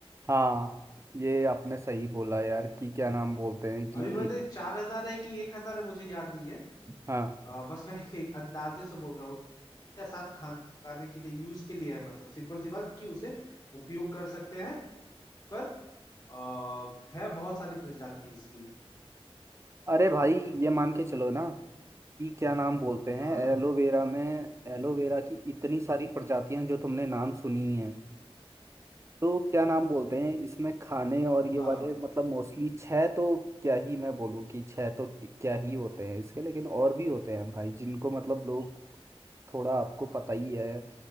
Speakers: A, on the right; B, on the left.
A: हाँ ये आपने सही बोला यार कि क्या नाम बोलते हैं कि
B: अभी मैंने चार हजार है कि एक हजार है मुझे याद नहीं है
A: हाँ
B: अ, बस मैं <laughs> एक अंदाजे से बोल रहा हूँ उसके साथ खाने लगाने के लिए यूज के लिए है मतलब सिंपल सी बात कि उसे उपयोग कर सकते हैं पर आ, है बहुत सारी प्रजाति इसकी
A: अरे भाई ये मान के चलो ना कि क्या नाम बोलते हैं
B: हाँ
A: एलोवेरा में एलोवेरा की इतनी सारी प्रजातियां हैं जो तुमने नाम सुनी है तो क्या नाम बोलते हैं इसमें खाने और ये
B: हाँ
A: वाले मतलब मोस्टली छह तो क्या ही मैं बोलूँ कि छह तो क्या ही होते हैं इसके लेकिन और भी होते हैं भाई जिनको मतलब लोग थोड़ा आपको पता ही है